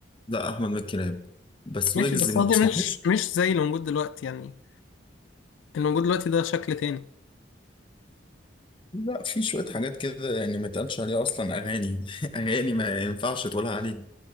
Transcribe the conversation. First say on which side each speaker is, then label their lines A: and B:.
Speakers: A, on the left; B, on the left.
A: لا احمد مكي راب بس
B: ماشي
A: ويجز
B: بس
A: ما
B: قصدي
A: بتسمعوش
B: مش مش زي اللي موجود دلوقتي يعني اللي موجود دلوقتي ده شكل تاني
A: لا في شويه حاجات كده يعني ما يتقالش عليها اصلا اغاني <laughs> اغاني ما ينفعش تقولها عليه